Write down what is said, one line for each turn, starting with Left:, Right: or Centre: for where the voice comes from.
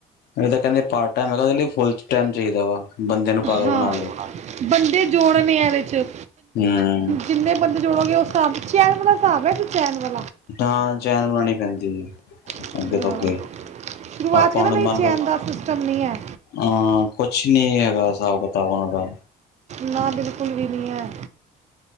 Left: ਐ ਤੇ ਕਹਿੰਦੇ। ਪਾਰਟ ਟਾਈਮ ਹੈਗਾ ਉਹਦੇ ਲਈ ਫੁੱਲ ਟਾਈਮ ਚਾਹੀਦਾ ਵਾ ਬੰਦੇ ਨੂੰ ਪਾਗਲ
Right: ਹਾਂ
Left: ਬਣਾਉਣ ਲਈ
Right: ਬੰਦੇ ਜੋੜਨ ਆ ਇਹਦੇ 'ਚ
Left: ਹੂੰ
Right: ਜਿੰਨੇ ਬੰਦੇ ਜੋੜੋਗੇ ਉਸ ਸਾਭ। ਚੈਨ ਵਾਲਾ ਹਿਸਾਬ ਹੈ ਇਹ ਤਾਂ ਚੈਨ ਵਾਲਾ।
Left: ਤਾਂ ਚੈਨ ਬਣਾਉਣੀ ਪੈਂਦੀ ਹੈ
Right: ਹਾਂ
Left: ਅੱਗੇ ਤੋਂ ਅੱਗੇ
Right: ਸ਼ੁਰੂਆਤ
Left: ਆਪਾਂ
Right: ਕਹਿੰਦਾ
Left: ਹੁਣ
Right: ਨਹੀਂ
Left: ਮੰਨ
Right: ਚੈਨ
Left: ਲਓ।
Right: ਦਾ ਸਿਸਟਮ ਨਹੀਂ ਹੈ
Left: ਆਹ ਕੁਛ ਨੀ ਹੈਗਾ ਹਿਸਾਬ ਕਿਤਾਬ ਉਹਨਾਂ ਦਾ।
Right: ਨਾ ਬਿਲਕੁਲ ਵੀ ਨਹੀਂ ਹੈ।